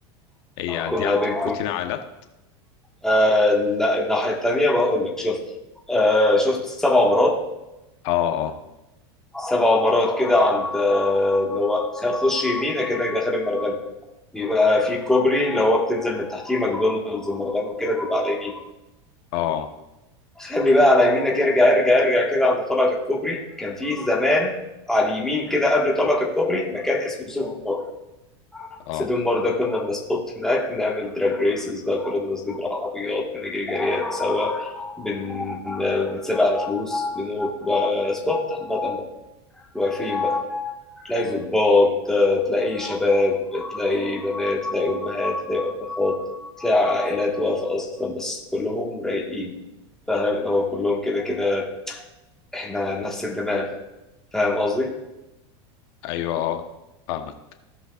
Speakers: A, on the left (about 65°); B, in the centre.
A: هي
B: كنا
A: دي عند
B: بين
A: بروتين عائلات
B: آه لا الناحية التانية بقول لك شفت آه شفت سبع مرات
A: اه
B: سبع مرات كده عند آه، اللي هو خ- خش يمين اكنك داخل المرغني بيبقى في كوبري اللي هو بتنزل من تحتيه ماكدونالدز المرغني وكده بيبقى على يمين
A: اه اه
B: خلي بقى على يمينك ارجع ارجع ارجع كده عند طلعة الكوبري كان في زمان على اليمين كده قبل طلعة الكوبري مكان اسمه سوبر ماركت
A: اه
B: سيتم برضه كنا بنسبوت هناك بنعمل دراج ريسز بقى كلنا نازلين بالعربيات بنجري جريات سوا بن... بنتسابق على فلوس بنبقى سبوت عامة بقى واقفين بقى تلاقي ظباط تلاقي شباب تلاقي بنات تلاقي أمهات تلاقي أبهات تلاقي عائلات واقفة أصلا بس كلهم رايقين فاهم اللي هو كلهم كده كده إحنا نفس الدماغ فاهم قصدي؟
A: ايوه اه فاهمك